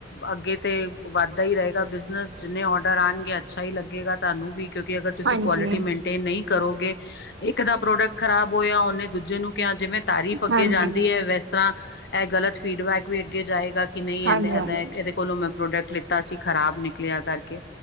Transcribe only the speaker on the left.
ਅੱਗੇ ਤੇ ਵੱਧਦਾ ਹੀ ਰਹੇਗਾ ਬਿਜ਼ਨਸ, ਜਿੰਨੇ ਆਰਡਰ ਆਣਗੇ ਤੇ ਛਾ ਈ ਲੱਗੇਗਾ ਤੁਹਾਨੂੰ ਵੀ, ਕਿਉਂਕਿ ਅਗਰ ਤੁਸੀਂ
ਕੁਆਲਿਟੀ ਮੇਨਟੇਨ ਨਹੀਂ ਕਰੋਗੇ, ਇੱਕ ਦਾ ਪ੍ਰੋਡਕਟ ਖਰਾਬ ਹੋਇਆ, ਉਹਨੇ ਦੂਜੇ ਨੂੰ ਕਿਹਾ ਜਿਵੇਂ ਤਾਰੀਫ ਅੱਗੇ
ਜਾਂਦੀ
ਏ, ਵੈਸ ਤਰ੍ਹਾਂ, ਇਹ ਗਲਤ ਫੀਡਬੈਕ ਵੀ ਅੱਗੇ ਜਾਏਗਾ। ਕਿ ਨਹੀਂ
ਇਹਨੇ, ਇਹਦਾ, ਇਹਦੇ ਦੇ ਕੋਲੋਂ ਮੈਂ ਪ੍ਰੋਡਕਟ ਲਿੱਤਾ ਸੀ, ਖਰਾਬ ਨਿਕਲਿਆ ਕਰਕੇ,